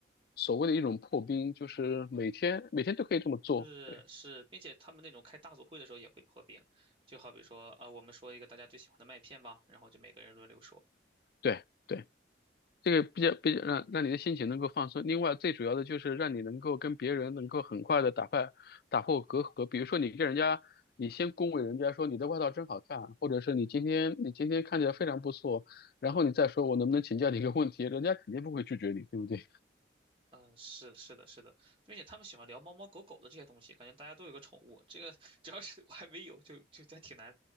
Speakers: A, on the left; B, on the right.
A: 所谓的一种破冰，就是每天每天都可以这么做。
B: 是是，
A: 对，
B: 并且他们那种开大组会的时候也会破冰，就好比说啊、我们说一个大家最喜欢的麦片吧，然后就每个人轮流说。
A: 对，对。这个比较比较让让你的心情能够放松。另外，最主要的就是让你能够跟别人能够很快的打败打破隔阂。比如说，你跟人家，你先恭维人家说你的外套真好看，或者是你今天你今天看起来非常不错，然后你再说我能不能请教你一个问题，人家肯定不会拒绝你，对不对？
B: 嗯、是是的，是的，并且他们喜欢聊猫猫狗狗的这些东西，感觉大家都有个宠物。这个只要是我还没有，就就还挺难，